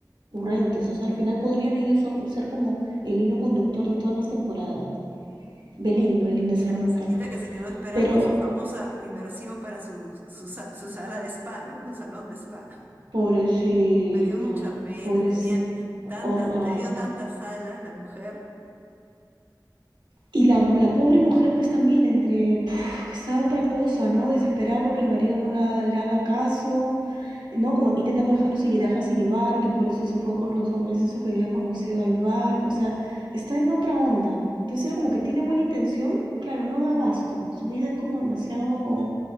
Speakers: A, on the right; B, on the right.
A: recurrentes. O sea, al final podrían ellos ser, ser como el hilo conductor de todas las temporadas. Belinda, Belinda
B: Y
A: se
B: la
A: llama
B: masajita
A: la mujer.
B: que se quedó esperando
A: Pero,
B: su famosa inversión para su, su, sa- su sala de spa, ¿no? Su salón de spa.
A: pobrecita,
B: Me dio mucha pena,
A: pobrecita.
B: tenía tantas,
A: Hor-
B: le
A: ay,
B: dio tantas alas la mujer.
A: Y la, la pobre mujer, pues también, entre puf, que está otra cosa, ¿no? Desesperada porque el marido no la, le haga caso, ¿no? Como intentando dejándose, lle- dejarse llevar, que por eso se fue con los hombres esos que había conocido al barco, o sea, está en otra onda. Entonces era como que tiene buena intención, pero claro, no da abasto. Su vida es como demasiado